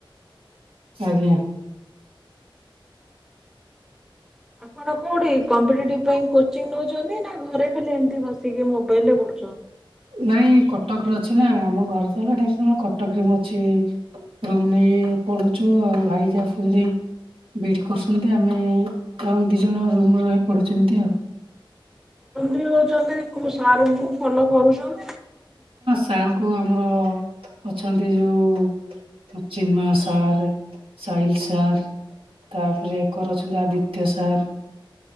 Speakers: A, on the right; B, in the centre.
A: ଆଜ୍ଞା।
B: ଆପଣ କୋଉଠି କମ୍ପିଟିଟିଭ୍ ପାଇଁ କୋଚିଙ୍ଗ ନଉଛନ୍ତି ନା ଘରେ ଖାଲି ଏମିତି ବସିକି ମୋବାଇଲ୍ ରେ ପଢ?
A: ନାଇଁ କଟକରେ ଅଛି ନା, ଆମ ଘର ତ ହେଲା ଢେଙ୍କାନାଳ। କଟକରେ ମୁଁ ଅଛି ରୁମ୍ ନେଇ ପଢୁଛୁ ଆଉ, ଭାଇ ଯେ ଆସନ୍ତି। ବି କରସନ୍ତି ଆମେ ଆଉ ଦି ଜଣ ରୁମ୍ ରେ ରହି ପଢ଼ୁଛୁ ଏମିତି ଆଉ।
B: ଏମତି ହଉଛନ୍ତି କଣ ସାର୍ ଙ୍କୁ ଫଲୋ କରୁଛ?
A: ତାଙ୍କୁ ଆମର ଅଛନ୍ତି ଯୋଉ ଚିନ୍ମୟ ସାର୍, ସାହିିଲ ସାର୍ ତାପରେ ଏକରେ ଅଛନ୍ତି ଆଦିତ୍ୟ ସାର।